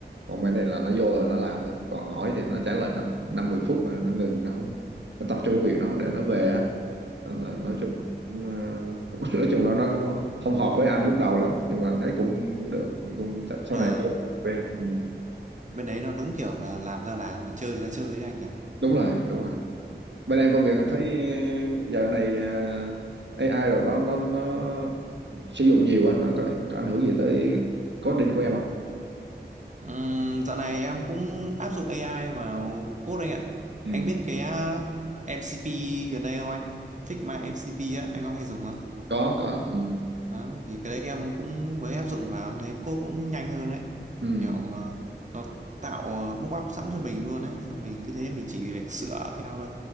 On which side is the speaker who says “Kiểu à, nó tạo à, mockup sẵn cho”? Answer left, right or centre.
Right